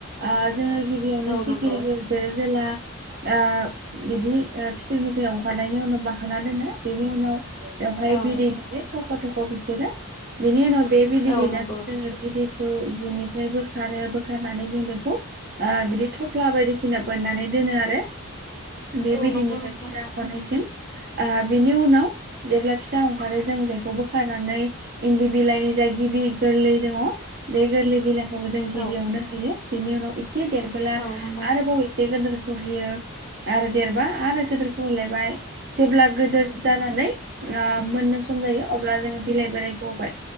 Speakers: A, on the right (about 45°); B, on the left (about 20°).
A: ओ जोङो गिबियावनो
B: औ
A: सिखिरिखौ
B: नंगौ
A: जो जोला ओ बिदि फिथोबनिफ्राय ओंखारनायनि उनाव बाखाना दोनो बेनि उनाव बेवहाय
B: औ
A: बि दै थख' थख' बिसोरो बिनि उनाव बे बिदै
B: औ
A: दैनाखौ
B: नंगौ
A: जोङो बिदैखौ दिनि बोखारो बोखारनानै जों बेखौ बिदि ओ थफ्ला बायदिसिना बोननानै दोनो आरो बे
B: औ
A: बिदैनिफ्राय
B: नंगौ नोंथां
A: फिसा ओंखारनायसिम ओ बिनि उनाव जेब्ला फिसा ओंखारो जों बेखौ बोखानानै इन्दि बिलाइनि जा गिबि गोरलै दङ बे गोरलै बिलाइ जों गिबियावनो
B: औ
A: होयो बेनि उनाव एसे देरबोला
B: औ नंगौ
A: आरोबाव एसे गोदोरखौ होयो। आरो देरबा आरो गिदिरखौ होलायबाय। जेब्ला गोदिर जानानै मोननो सम जायो अब्ला जोङो बिलाइ बोरायखौ होबाय।